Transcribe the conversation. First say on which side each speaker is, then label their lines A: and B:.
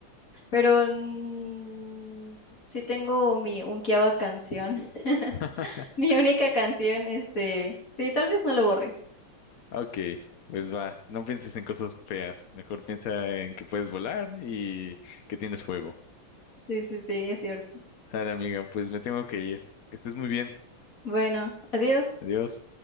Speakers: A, on the left; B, on the left.
A: Pero mm, sí tengo mi unkiaba canción. <laughs>
B: <laughs>
A: Mi única canción, este, sí, tal vez no lo borré.
B: Ok, pues va. No pienses en cosas feas. Mejor piensa en que puedes volar y que tienes fuego.
A: Sí, sí, sí, es cierto.
B: Sale, amiga, pues me tengo que ir. Que estés muy bien.
A: Bueno, adiós.
B: Adiós.